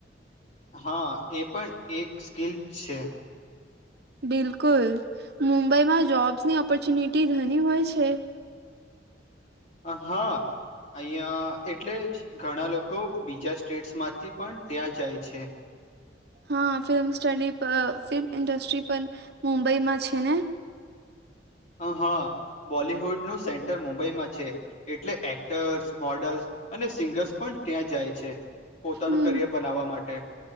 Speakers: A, on the left; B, on the right.
A: હા એ પણ એક સ્કીલ છે
B: બિલકુલ મુંબઈમાં જોબ્સની ઓપોર્ચ્યુનિટી ઘણી હોય છે
A: હા ઐયા એટલે જ ઘણા લોકો બીજા સ્ટેટ્સ માંથી પણ ત્યાં જાય છે
B: હા ફિલ્મ સ્ટડી ફિલ્મ ઇન્ડસ્ટ્રી પણ મુંબઈમાં છે ને
A: હા બોલીવુડ નું સેન્ટર મુંબઈમાં છે એટલે એક્ટર્સ મોડલ્સ અને સિંગર્સ પણ ત્યાં જાય છે પોતાનું
B: હમ
A: કરિયર બનાવવા માટે